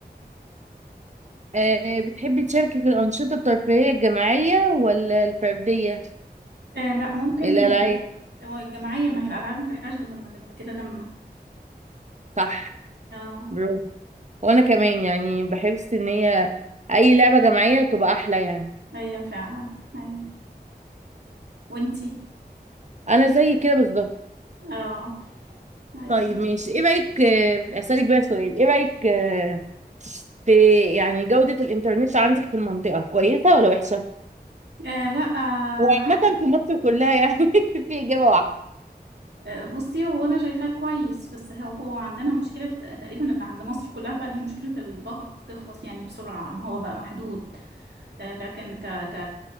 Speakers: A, on the right; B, on the right.
A: آه بتحبي تشاركي في الانشطه الترفيهيه الجماعيه ولا الفرديه
B: لا ممكن
A: الالعاب
B: ال- هو الجماعية ما هي الالعاب ما تحتاج غير لما نبقى كده لما
A: صح
B: اه
A: برافو وانا كمان يعني بحس ان هي اي لعبة جماعية تبقى احلى يعني
B: ايوه فعلا ايوه وانتي
A: انا زي كده بالظبط
B: اه ايوه
A: طيب مش ايه رأيك آه، اسألك بقى سؤال ايه رأيك آه، في يعني جودة الانترنت عندك في المنطقة كويسة ولا وحشة
B: آه لا آه
A: وعامة
B: لا
A: في مصر كلها يعني <laughs> في اجابة واحدة
B: آه، بصي هو انا شايفاه كويس بس هو هو عندنا مشكلة تقريبا اللي عند مصر كلها بقى اللي هي مشكلة الباقة اللي بتخلص يعني بسرعة ان هو بقى محدود آه، لكن ك ك